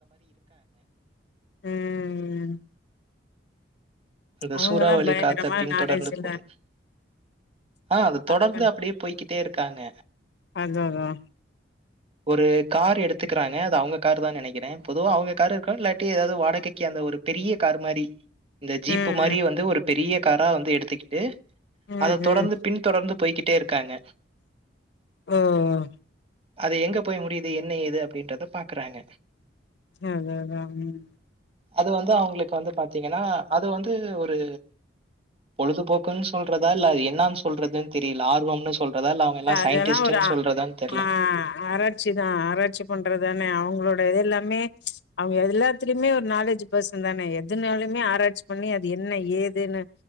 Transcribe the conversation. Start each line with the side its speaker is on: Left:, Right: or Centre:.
Left: ம்
Right: அந்த
Left: அவங்கல்லா
Right: சூறாவளி
Left: பயங்கரமா
Right: காத்த பின்தொடர்ந்து
Left: நாலேஜ் இல்ல
Right: போறது ஆ அத தொடர்ந்து
Left: அவங்க
Right: அப்டியே போய்கிட்டு கிட்டே இருக்காங்க
Left: அதா அதா
Right: ஒரு கார் எடுத்துக்கிறாங்க அது அவுங்க காரு தா நெனைக்கிற பொதுவா அவுங்க காரு இருக்கோ இல்லாட்டி ஏதாவது வாடகைக்கு அந்த ஒரு பெரிய கார் மாரி இந்த ஜீப்
Left: ம்
Right: பு மாரி
Left: ம்
Right: வந்து ஒரு பெரிய காரா வந்து எடுத்துக்கிட்டு
Left: ம்
Right: அத தொடர்ந்து
Left: ம்
Right: பின் தொடர்ந்து பொய்க்கி டே இருக்காங்க
Left: ஒ ஒ
Right: அது எங்க போய் முடிய்து என்ன ஏது அப்டின்றத பாக்குறாங்க
Left: அததா ம்
Right: அது வந்து அவுங்ளுக் வந்து பாத்தீங்கனா அது வந் து ஒரு பொலுதுபோக்குன் சொல்றதா இல்ல அத் என்னான் சொல்றதுன் தெரியில ஆர்வம்னு சொல்றதா இல்ல அவங்க எல்லாம்
Left: தாஜானா
Right: சயின்டிஸ்ட்ன்னு
Left: ஒரு அ
Right: சொல்றதான்னு தெரியல.
Left: ஆ ஆராட்ச்சி தா ஆராட்ச்சி பண்றதானே அவுங்ளோட இது எல்லா மே அவுங்க எதுல்லாத்துலியுமே ஒரு நாலேஜ் பெர்சன் தானே எதுன்யாலுமே ஆராட்சி பண்ணி அது என்ன ஏதுன